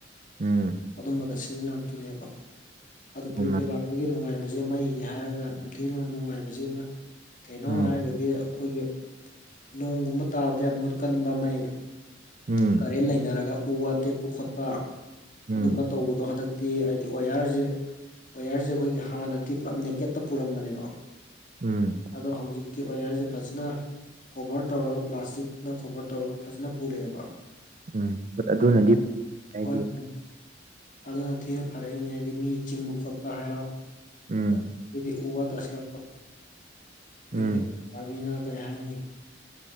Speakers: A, on the right; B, on the left.
A: ꯎꯝ
B: ꯑꯗꯨꯝꯕꯗ ꯁꯤꯖꯤꯟꯅꯔꯛꯇꯣꯏꯅꯦꯕ ꯑꯗꯨ
A: ꯎꯝ
B: ꯄ꯭ꯔꯤꯄꯦꯌꯔ ꯂꯥꯛꯄꯒꯤ ꯅꯨꯡꯉꯥꯏꯕꯁꯦ ꯃꯩꯒꯤ ꯍꯥꯏꯔꯒ ꯌꯥꯝ ꯊꯤꯅ ꯅꯨꯡꯉꯥꯏꯕꯁꯤꯅ ꯀꯩꯅꯣ
A: ꯎꯝ
B: ꯍꯥꯏꯔꯒꯗꯤ ꯑꯩꯈꯣꯏꯒꯤ ꯅꯣꯡꯒꯨꯝꯕ ꯇꯥꯕꯗ ꯌꯥꯝ ꯃꯨꯠꯀꯟꯕ ꯃꯩ
A: ꯎꯝ
B: ꯀꯔꯦꯟ ꯂꯩꯅꯔꯒ ꯎ ꯋꯥ ꯇꯦꯛꯄ ꯈꯣꯠꯄ
A: ꯎꯝ
B: ꯑꯗꯨꯝꯕ ꯇꯧꯕꯗꯣ ꯍꯟꯗꯛꯇꯤ ꯍꯥꯏꯗꯤ ꯑꯣꯌꯥꯔ ꯖꯦ ꯑꯣꯌꯥꯔꯁꯦ ꯑꯩꯈꯣꯏꯒꯤ ꯍꯥꯟꯅꯗꯤ ꯄꯨꯂꯞ ꯅꯦꯀꯦꯠꯇ ꯄꯨꯔꯝꯕꯅꯦꯕ
A: ꯎꯝ
B: ꯑꯗꯣ ꯍꯧꯖꯤꯛꯇꯤ ꯑꯣꯌꯥꯔꯁꯦ ꯐꯖꯅ ꯀꯣꯚꯔ ꯇꯧꯔꯒ ꯄ꯭ꯂꯥꯁꯇꯤꯛꯅ ꯀꯣꯚꯔ ꯇꯧꯔꯒ ꯐꯖꯅ ꯄꯨꯔꯛꯑꯦꯕ
A: ꯎꯝ ꯑꯗꯨꯅꯗꯤ
B: ꯑꯗꯨꯅ
A: ꯍꯥꯏꯗꯤ
B: ꯍꯣꯏ ꯐꯔꯦ ꯑꯗꯨꯅ ꯊꯤꯅ ꯐꯔꯛꯏꯅꯦ ꯍꯥꯏꯗꯤ ꯃꯤ ꯆꯤꯡꯕ ꯈꯣꯠꯄ ꯍꯥꯏꯔꯣ
A: ꯎꯝ
B: ꯑ ꯗꯤ ꯎ ꯋꯥ ꯇꯥꯁꯤꯜꯂꯛꯄ
A: ꯎꯝ
B: ꯅꯦꯀꯦꯠ ꯑꯥꯔꯃꯤꯅ ꯀꯩ ꯍꯥꯏꯅꯤ